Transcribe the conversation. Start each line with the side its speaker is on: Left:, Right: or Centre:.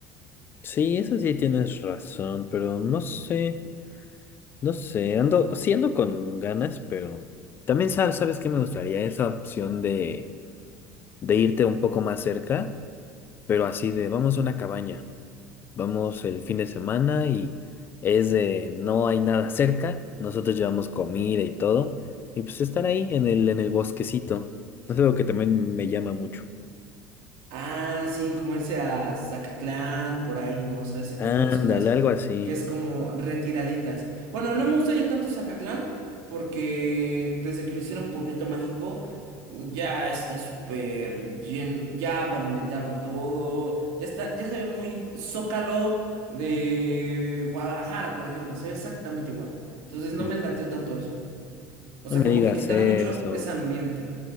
Left: Sí, esa sí tienes razón, pero no sé, no sé, ando, sí ando con ganas, pero también sabes sabes que me gustaría esa opción de, de irte un poco más cerca, pero así de, vamos a una cabaña. Vamos el fin de semana y es de no hay nada cerca. Nosotros llevamos comida y todo. Y pues estar ahí en el, en el bosquecito. Es algo que también me llama mucho.
Right: Ah, sí, como irse a Zacatlán, por ahí, ¿no? O sea, ese tipo
Left: Ándale,
Right: de zonas
Left: algo así.
Right: que es como retiraditas. Bueno, no me gusta ya tanto Zacatlán, porque desde que lo hicieron Pueblito Mágico, ya está súper lleno, ya pavimentaron todo, ya está, ya se ve muy Zócalo de Guadalajara, por ejemplo, se ve exactamente igual. Entonces no
Left: Ujú.
Right: me lateó tanto eso. O sea,
Left: No me
Right: como
Left: digas
Right: que quitaron
Left: eso.
Right: mucho ese ambiente.